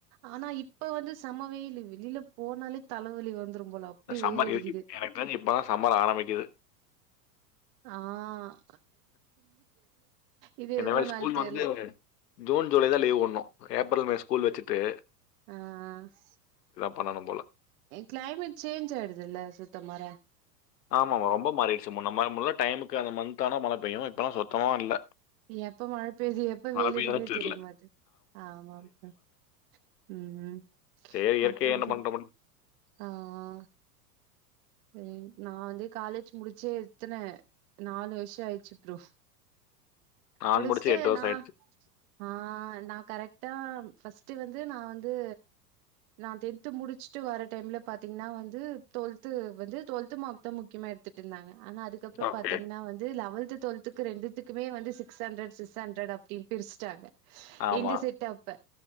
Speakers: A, on the right; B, on the left.
A: ஆனா இப்ப வந்து செம்ம வெயில் வெளியே போனாலே தலைவலி வந்துரும் போல அப்டி
B: சம்மர்
A: வெயில் அடிக்குது
B: எனக்கு தெரி இப்பதான் சம்மர் ஆரம்பிக்குது
A: ஆம் இது
B: இனிமே
A: எவ்ளோ
B: ஸ்கூல்
A: நாள் தெர்ல
B: வந்து ஜூன் ஜூலை தான் லீவ் உடனும் ஏப்ரல் மே ஸ்கூல் வச்சி தே
A: ஆஹ்
B: பண்ணனும் போல
A: க்ளைமேட் சேஞ்ஜாயிடுதுயில்ல சுத்த மற.
B: ஆமாமா ரொம்ப மாறிடிச்சி முன்ன மா டைமுக்கு அந்த மந்த் ஆனா மழ அப்பும் இப்பல்லா சுத்தம வர்ல
A: எப்ப மழை பெய்து எப்ப வெயில
B: பெய்யுதான்னு
A: அடிக்குதுனு
B: தெரியல
A: தெரியமாட்டே ஆமா ஆமா ம்ம்
B: சரி இயற்கையை
A: அப்புறம்
B: என்ன
A: ப்ரோ
B: பண்ற முடியும்
A: ஆ ஆ சேரி நா வந்து காலேஜ் முடிச்சே எத்தன நாலு வருஷோ ஆயிச்சு ப்ரோ
B: நான்
A: முடிச்சுட்டு
B: முடிச்சு எட்டு வருஷம்
A: நா
B: ஆயிடுச்சு
A: ஆஹ் நான் கரெக் ஃபஸ்ட் வந்து நான் வந்து நா டென்த்து முடிச்சுட்டு வர டைம்ல பாத்தீங்கன்னா வந்து தோல் வந்து தொல்த்து மொத்தம் முக்கியமா எடுத்துட்டு இருந்தாங்க ஆனா அதுக்கப்பறோ
B: ஓகே
A: பாத்தீங்னா வந்து லெவல் த்து தொல்த்துக்கு ரெண்டுத்துக்குமே வந்து சி சிஸ் அண்ட்ரட் சிஸ்அண்ட்ரட் அப்டி பிருச்சிட்டாங்க
B: ஆமா
A: எங்க செட்டப்ப